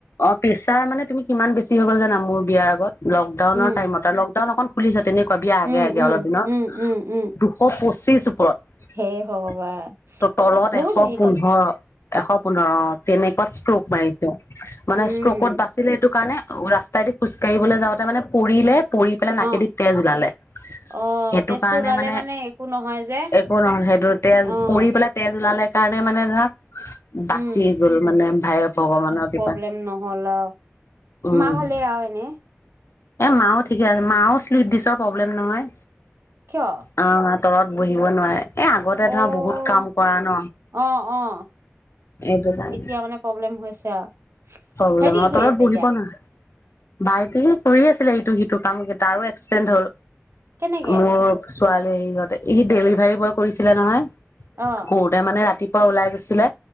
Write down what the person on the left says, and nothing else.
অফিচ। তাৰ মানে তুমি কিমান বেছি হৈ গ'ল জানা মোৰ বিয়াৰ আগত। লকডাউনৰ
টাইমত তনঅকন খুলিছে। তেনেকুৱা বিয়া আগে
আগে
অলপ দিনৰ,
দুশ পঁচিশ ওপৰত,
তলত
এশ
পোন্ধৰশ।
এশ পোন্ধৰ। তেনেকুৱাত ষ্ট্ৰপ মাৰিছে। মানে
ষ্ট্ৰোকত বাচিলে এইটো কাৰণে। ৰাস্তাইদি খোজ কাঢ়িবলৈ যাওঁতে মানে পৰিলে। পৰি পেলে নাকেদি
তেজ ওলালে।
সেইটো
কাৰণে
মানে,
একো নহল সেইটো তেজ
পৰি পেলে তেজ ওলালে। <unintelligible> কাৰণে মানে ধৰা। বাচি
গ'ল মানে ভাই ভগৱানৰ কৃপাত
উম
এ মাও ঠিকে আছে, মাও শ্লিপ ডিচৰ প্ৰব্লেম নহয়
অ', তলত বহিব নোৱাৰে। এ আগতে
ধৰা বহুত কাম কৰা ন।
এইটো কাৰণে।
তললৈ
মই
তলত
বহিব
নোৱাৰা, ভাইটি। কৰি আছিলে ইটো সিটো কাম কেইটা আৰু এক্সটেণ্ড হ'ল।
মোৰ ছোৱালী সিহঁতে, সি ডেলিভাৰী বয় কৰিছিলে নহয়।
কৰোতে মানে ৰাতি। অ, ওলাই গৈছিলে।